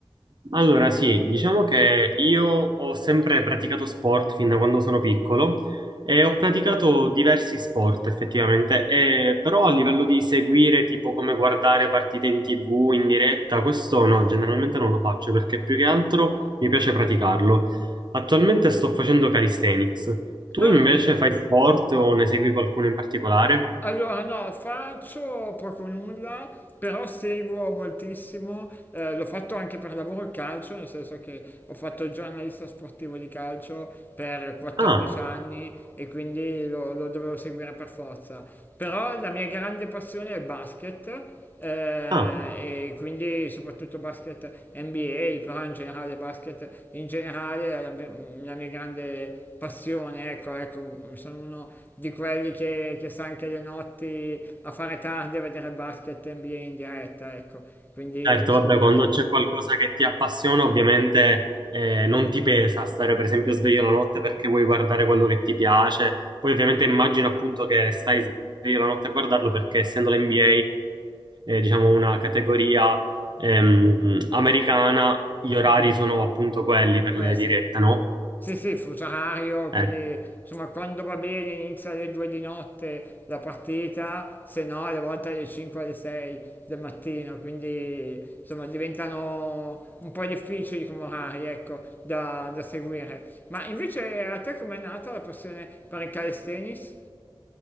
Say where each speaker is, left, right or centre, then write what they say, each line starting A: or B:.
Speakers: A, on the right (about 55°); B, on the left (about 20°).
A: Allora, sì, diciamo che io ho sempre praticato sport fin da quando sono piccolo e ho praticato diversi sport effettivamente, e- però a livello di seguire, tipo come guardare partite in TV in diretta, questo no, generalmente non lo faccio perché più che altro mi piace praticarlo. Attualmente sto facendo calisthenics. Tu
B: Ah,
A: invece fai sport o ne segui qualcuno in particolare?
B: allora no, faccio poco o nulla, però seguo moltissimo, eh, l'ho fatto anche per lavoro il calcio, nel senso che ho fatto il giornalista sportivo di calcio per 14
A: Ah,
B: anni e quindi lo, lo dovevo seguire per forza. Però la mia grande passione è il basket eh,
A: ah.
B: e quindi soprattutto basket NBA, però in generale basket in generale è la, mia- la mia grande passione, ecco, ecco, sono uno di quelli che, che sta anche le notti a fare tardi a vedere basket NBA in diretta, ecco, quindi
A: Certo,
B: sono
A: vabbè,
B: un
A: quando
B: po'...
A: c'è qualcosa che ti appassiona, ovviamente eh, non ti pesa stare per esempio sveglio la notte perché vuoi guardare quello che ti piace. Poi ovviamente immagino appunto che stai sveglio la notte a guardarlo perché essendo l'NBA, eh, diciamo una categoria ehm, americana, gli orari sono appunto quelli per
B: Eh
A: le
B: sì.
A: dirette, no?
B: Sì, sì, fuso orario, quindi
A: Eh.
B: insomma quando va bene inizia alle 2 di notte la partita, se no alle volte alle 5 alle 6 del mattino, quindi insomma diventano un po' difficili come orari, ecco, da, da seguire. Ma invece a te com'è nata la passione per il calisthenics?